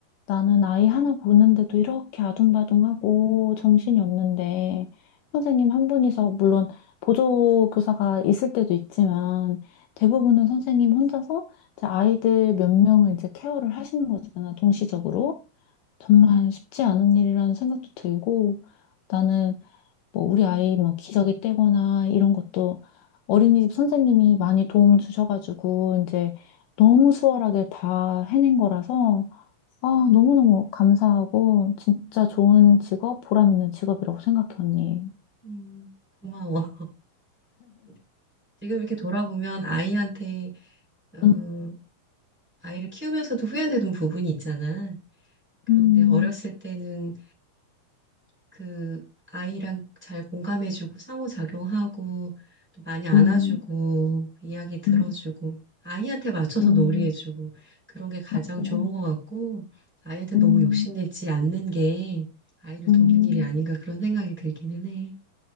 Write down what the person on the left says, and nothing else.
나는 아이 하나 보는데도 이렇게 아둥바둥하고 정신이 없는데 선생님 한 분이서 물론 보조교사가 있을 때도 있지만 대부분은 선생님 혼자서 이제 아이들 몇 명을 이제 케어를 하시는 거잖아. 동시적으로. 정말 쉽지 않은 일이라는 생각도 들고 나는
뭐 우리 아이 뭐 기저귀 떼거나 이런 것도 어린이집 선생님이 많이 도움 주셔가지고 이제 너무 수월하게 다 해낸 거라서 아, 너무너무 감사하고 진짜 좋은 직업, 보람 있는 직업이라고 생각해, 언니.
음,
음,
음,
음,
음,
맞아.
음,
음.